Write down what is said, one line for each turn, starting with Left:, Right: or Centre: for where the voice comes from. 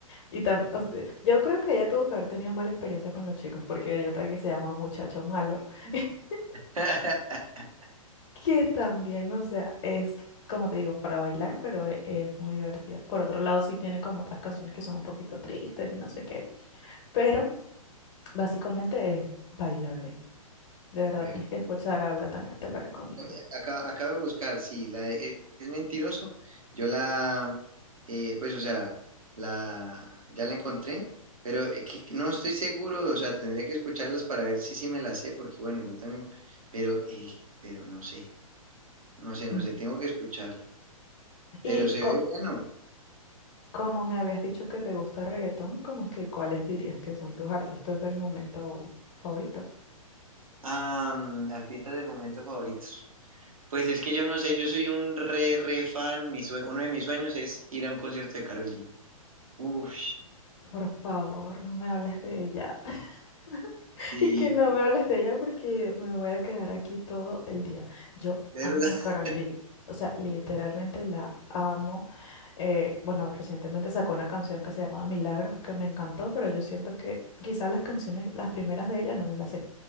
Left: Y también, yo creo que ella tuvo que haber tenido mala experiencia con los chicos porque hay otra que se llama Muchacho Malo, <laughs>
Right: <laughs>
Left: que también, o sea, es, como te digo, para bailar, pero e- es, muy divertida. Por otro lado, sí tiene como otras canciones que son un poquito tristes y no sé qué, pero básicamente es bailable. De verdad,
Right: ¿Verdad?
Left: tienes que escuchar a Olga Tañón, te la recomiendo.
Right: No, eh, Acá, acabo de buscar, sí, la de e, Es Mentiroso. Yo la, eh, pues, o sea, la, ya la encontré, pero eh, que- no estoy seguro, o sea, tendría que escucharlas para ver si sí me la sé, porque bueno, yo también, pero, eh, pero no sé, no sé, no
Left: Mm.
Right: sé, tengo que escucharla,
Left: Y
Right: pero se
Left: co-
Right: ve bueno.
Left: Como me habías dicho que te gusta el reggaetón, como que cuáles dirías que son tus artistas del momento favoritos?
Right: Ah, mm, artistas del momento favoritos. Pues es que yo no sé, yo soy un re, re fan. Mi sue- uno de mis sueños es ir a un concierto de Karol G. Uf,
Left: Por favor, no me hables de ella. <laughs>
Right: sí,
Left: Y que no me hables de ella porque me voy a quedar aquí todo el día. Yo
Right: ¿verdad?
Left: amo a Karol
Right: <laughs>
Left: G. O sea, literalmente la amo. Eh, bueno, recientemente sacó una canción que se llama Milagros, que me encantó, pero yo siento que quizás las canciones, las primeras de ella no me las sé.